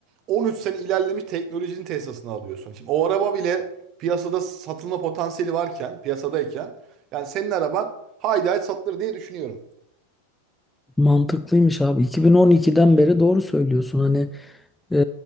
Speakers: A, on the right; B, in the centre.
A: 13 sene ilerlemiş teknolojinin Tesla'sını alıyorsun. Şimdi o araba bile piyasada satılma potansiyeli varken, piyasadayken yani senin araban haydi haydi satılır diye düşünüyorum.
B: Mantıklıymış abi. 2012'den beri doğru söylüyorsun. Hani e,